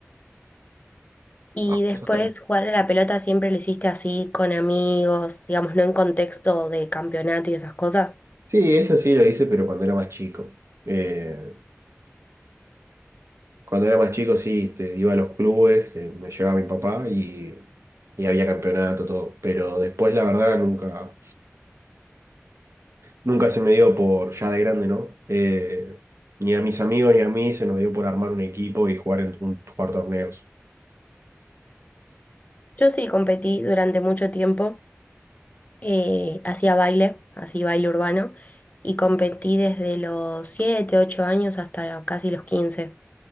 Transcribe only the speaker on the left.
Y
después jugar a la pelota siempre lo hiciste así con amigos, digamos, no en contexto de campeonato y esas cosas.
Yo sí competí durante mucho tiempo, eh, hacía baile, así baile urbano, y competí desde los siete ocho años hasta casi los quince